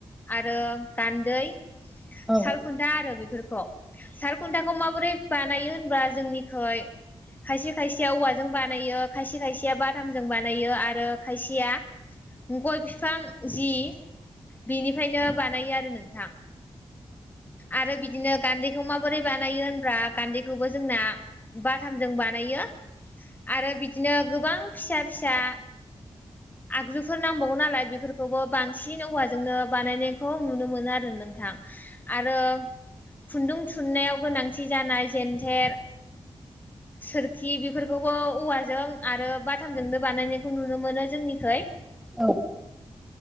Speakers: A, on the left; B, in the centre.
A: आरो गान्दै,
B: औ
A: सालखुन्था आरो बेफोरखौ साल खुन्थाखौ माबोरै बानायो होनबा जोंनिखै खायसे- खायसेया औवाजों बानायो खायसे - खायसेया बाथामजों बानायो आरो खायसेया गय बिफां जि बिनिफ्रायनो बानायो आरो नोंथां आरो बिदिनो गान्धै- खौ माबोरै बानायो होब्रा गान्दैखौबो जोंना बाथामजों बानायो आरो बिदिनो गोबां फिसा- फिसा
B: <inaudible>
A: आगजुफोर नांबावगौ नालाय बेफोरखौबो बांसिन औवाजोंनो बानायनायखौ नुनो मोनो आरो नोंथां आरो खुन्दुं थुननायाव गोनांथि जानाय जेेनथेर सोरखि बेफोरखौबो औवाजों आरो बाथामजोंनो बानायनायखौ नुनो मोनो जोंनिखै
B: औ